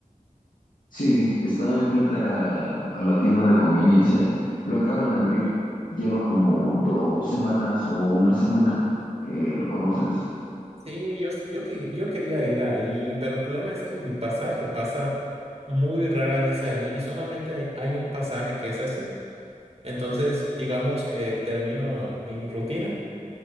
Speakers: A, on the left; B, on the right.
A: Sí, está enfrente a la, a la tienda de conveniencia. Lo acaban de abrir. Lleva como dos semanas o una semana. Eh, ¿lo conoces?
B: Sí, yo, yo, que- yo quería ir ahí, pero el problema es que mi pasaje pasa muy rara vez ahí y solamente hay, hay un pasaje que es ese. Entonces, digamos que termino mi rutina.